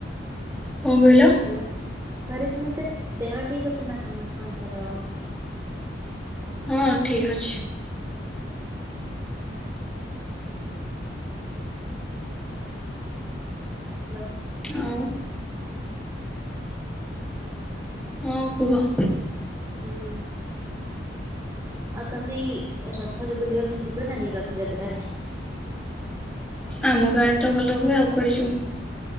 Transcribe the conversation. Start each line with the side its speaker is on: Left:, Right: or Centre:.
Centre: କଣ କହିଲ?
Right: ହେଲା ଘରେ ସମସ୍ତେ ଦେହ ଠିକ୍ ଅଛି ନା ସମସ୍ତଙ୍କର?
Centre: ହଁ ଠିକ୍ ଅଛି।
Right: ହ୍ୟାଲୋ
Centre: ଆଉ ହଁ କୁହ।
Right: ହୁଁ। ଆଉ ତମେ ଏଇ ରଥରେ ବୁଲିବା ପାଇଁ ଯିବ ନା ନାଇ ରଥଯାତ୍ରାରେ?
Centre: ଆମ ଗାଁରେ ତ ଭଲ ହୁଏ ଆଉ କୁଆଡ଼େ ଯିବୁ।